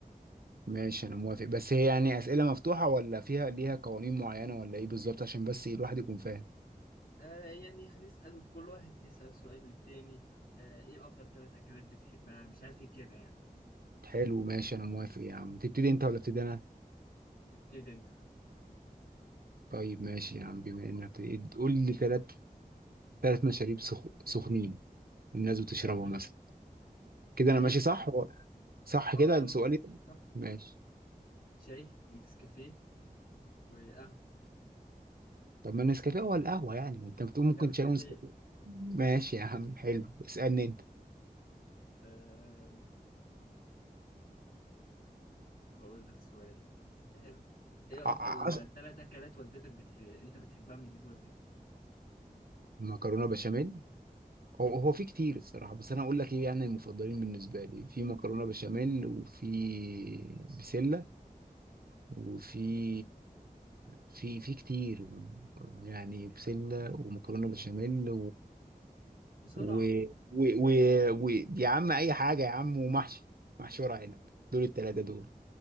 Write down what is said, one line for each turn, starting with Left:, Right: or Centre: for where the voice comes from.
Right: ماشي انا موافق بس هي يعني اسئله مفتوحه ولا فيها ليها قوانين معينه ولا ايه بالظبط عشان بس إيه الواحد يكون فاهم
Left: آه يعني هنسال كل واحد يسال سؤال للتاني آه ايه افضل ثلاث اكلات بتحبها مش عارف ايه كده يعني
Right: حلو ماشي انا موافق يا عم تبتدي انت ولا ابتدي انا
Left: ابتدي انت
Right: طيب ماشي يا عم بما انك بتبتدي قول لي ثلاث ثلاث مشاريب سخ... سخنين والناس بتشربه
Left: ثلاث مش
Right: مثلا كده
Left: شاي
Right: انا ماشي صح
Left: ون-
Right: هو- صح
Left: اه
Right: كده
Left: اه
Right: سؤالي
Left: بس
Right: ده؟
Left: صح
Right: ماشي
Left: شاي ونسكافيه وقهوه
Right: طب ما النسكافيه هو القهوه يعني ما انت بتقول ممكن
Left: كركديه
Right: شاي ونسكافيه ماشي يا عم حلو اسالني انت
Left: آه هقول لك سؤال حلو ايه
Right: ع-
Left: افضل
Right: ع- عش...
Left: ثلاث اكلات والدتك بتح... انت بتحبها من ايد والدتك
Right: مكرونه بشاميل هو هو في كتير الصراحه بس انا اقول لك ايه يعني المفضلين بالنسبه لي في مكرونه بشاميل وفي بسله وفي في في كتير يعني بسله ومكرونه بشاميل
Left: بسرعه
Right: و... و... و... و... يا عم اي حاجه يا عم ومحشي محشي ورق عنب دول الثلاثه دول